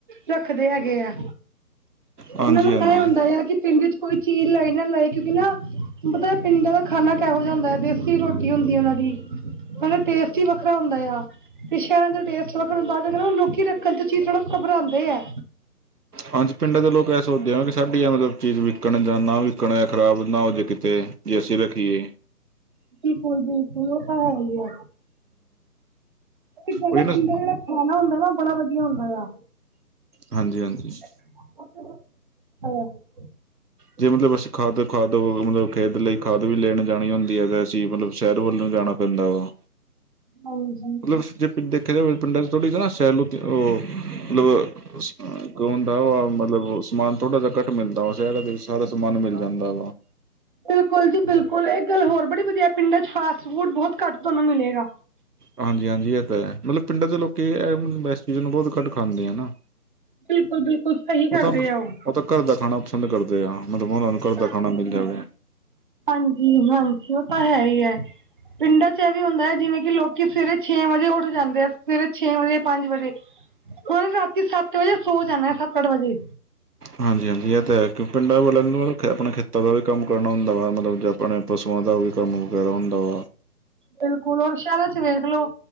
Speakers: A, on the right; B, on the right.
A: ਰੱਖਦੇ ਹੈਗੇ ਆ।
B: ਹਾਂਜੀ
A: ਓਨਾਂ ਨੂੰ
B: ਹਾਂਜੀ
A: ਐ ਹੁੰਦਾ ਯਾ ਕਿ ਪਿੰਡ 'ਚ ਕੋਈ ਚੀਜ਼ ਲਏ ਨਾ ਲਾਏ ਕਿਉਂਕਿ ਨਾ ਪਤਾ ਪਿੰਡਾਂ ਦਾ ਖਾਨਾ ਕੈਹੋ ਜਾ ਹੁੰਦਾ, ਦੇਸੀ ਰੋਟੀ ਹੁੰਦੀ ਐ ਓਨਾਂ ਦੀ। ਮਤਲਬ ਟੇਸਟ ਈ ਵੱਖਰਾ ਹੁੰਦਾ ਯਾ। ਤੇ ਸ਼ੈਰਾਂ ਦਾ ਟੇਸਟ ਵੱਖਰਾ ਹੁੰਦਾ ਤਾਂ ਕਰਕੇ ਨਾ ਓ ਲੋਕੀਂ ਰਖ ਣ ਚੀ ਥੋੜਾ ਘਬਰਾਉਂਦੇ ਐ।
B: ਹਾਂਜੀ, ਪਿੰਡਾਂ ਦੇ ਲੋਕ ਐ ਸੋਚਦੇ ਆ ਵੀ ਸਾਡੀ ਆ ਮਤਲਬ ਚੀਜ਼ ਵਿਕਣ ਜਾਂ ਨਾ ਵਿਕਣ, ਖ਼ਰਾਬ ਹੋਜ -ਨਾ ਹੋ ਜੇ ਕਿਤੇ ਜੇ ਅਸੀਂ ਰੱਖੀਏ।
A: ਬਿਲਕੁਲ-ਬਿਲਕੁਲ ਓ ਤਾਂ ਹੈ ਈ ਐ। ਇੱਦਾਂ
B: ਉਹੀ
A: ਦੇ
B: ਨਾ
A: ਪਿੰਡਾਂ 'ਚ ਰੱਖ ਰੱਖਿਆ ਨਾ ਹੁੰਦਾ ਨਾ ਬੜਾ ਵਧੀਆ ਹੁੰਦੇ ਆ।
B: ਹਾਂਜੀ- ਹਾਂਜੀ।
A: ਕੱਟ ਦੇ, ਹੈਲੋ।
B: ਜੇ ਮਤਲਬ ਅਸੀਂ ਖਾਦ-ਖਾਦ ਮਤਲਬ ਖੇਤ ਲਈ ਖਾਦ ਵੀ ਲੈਣ ਜਾਣੀ ਹੁੰਦੀ ਐ ਤੇ ਅਸੀਂ ਮਤਲਬ ਸ਼ਹਿਰ ਵੱਲ ਨੂੰ ਜਾਣਾ ਪੈਂਦਾ ਵਾ।
A: ਹਾਂਜੀ।
B: ਮਤਲਬ ਜੇ ਪਿੰ -ਦੇਖਿਆ ਜਾਵੇ, ਪਿੰਡਾਂ ਚ ਥੋੜ੍ਹੀ ਜੀ ਨਾ ਸੈਲੋ ਤੇ-ਓ ਮਤਲਬ ਸ-ਅੰ ਕੋਣ ਆਓ-ਆਓ ਮਤਲਬ ਸਮਾਨ ਥੋੜ੍ਹਾ ਜਾ ਘੱਟ ਮਿਲਦਾ ਵਾ, ਸ਼ੈਰਾਂ ਦੇ ਵਿੱਚ ਸਾਰਾ ਮਿਲ ਜਾਂਦਾ ਵਾ।
A: ਬਿਲਕੁਲ ਜੀ ਬਿਲਕੁਲ! ਏਕ ਗੱਲ ਹੋਰ ਬੜੀ ਵਧੀਆ, ਪਿੰਡਾਂ ਚ ਫਾਸਟ ਫੂਡ ਬਹੁਤ ਘੱਟ ਤੁਆਨੂੰ ਮਿਲੇਗਾ?
B: ਹਾਂਜੀ-ਹਾਂਜੀ ਏ ਤਾਂ ਹੈ। ਮਤਲਬ ਪਿੰਡਾਂ ਦੇ ਲੋਕੀ ਐ ਮਲਬ ਐਸ ਚੀਜ ਨੂੰ ਬਹੁਤ ਘੱਟ ਖਾਂਦੇ ਆ ਨਾ।
A: ਬਿਲਕੁਲ-ਬਿਲਕੁਲ ਸਹੀ ਕਰਦੇ
B: ਉਹ ਤਾਂ
A: ਆ ਓ।
B: ਉਹ ਤਾਂ ਘਰ ਦਾ ਖਾਣਾ ਪਸੰਦ ਕਰਦੇ ਆ ਮਤਲਬ ਓਨਾਂ ਨੂੰ ਘਰ ਦਾ
A: ਹਾਂਜੀ,
B: ਖਾਣਾ ਮਿਲ ਜਾਵੇ
A: ਹਾਂਜੀ-ਹਾਂਜੀ ਓ ਤਾਂ ਹੈ ਹੀ ਐ। ਪਿੰਡਾਂ 'ਚ ਵਿੱਚ ਏ ਵੀ ਹੁੰਦੈ ਜਿਵੇਂ ਕਿ ਲੋਕੀ ਸਵੇਰੇ ਛੇ ਵਜੇ ਉੱਠ ਜਾਂਦੇ ਐ, ਸਵੇਰੇ ਛੇ ਵਜੇ-ਪੰਜ ਵਜੇ। ਔਣੇ ਰਾਤੀ ਸੱਤ ਵਜੇ ਸੌ ਜਾਣਾ ਸੱਤ-ਅੱਠ ਵਜੇ।
B: ਹਾਂਜੀ-ਹਾਂਜੀ ਐ ਤੇ ਹੈ। ਕਿਉਂ ਪਿੰਡਾਂ ਵਾਲਿਆਂ ਨੂੰ ਆਪੇ ਖ਼ੇ-ਆਪਣੇ ਖੇਤਾਂ ਦਾ ਵੀ ਕੰਮ ਕਰਨਾ ਹੁੰਦਾ ਵਾ ਮਤਲਬ ਕੀ ਆਪਣੇ ਪਸ਼ੂਆ ਦਾ ਵੀ ਕੰਮ ਵਗੇਰਾ ਹੁੰਦਾ ਗਾ।
A: ਬਿਲਕੁਲ, ਹੁਣ ਸ਼ੈਰਾਂ ਚ ਵੇਖਲੋ!